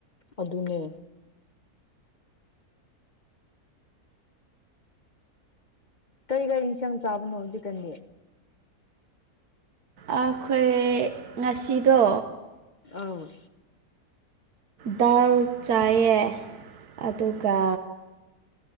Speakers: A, on the left; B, on the right.
A: ꯑꯗꯨꯅꯦ ꯀꯩ ꯀꯔꯤ ꯏꯟꯁꯥꯡ ꯆꯥꯕꯅꯣ ꯍꯧꯖꯤꯛꯀꯅꯤ
B: ꯑꯩꯈꯣꯏ ꯉꯁꯤꯗꯣ
A: ꯑꯧ
B: ꯗꯥꯜ ꯆꯥꯏꯌꯦ ꯑꯗꯨꯒ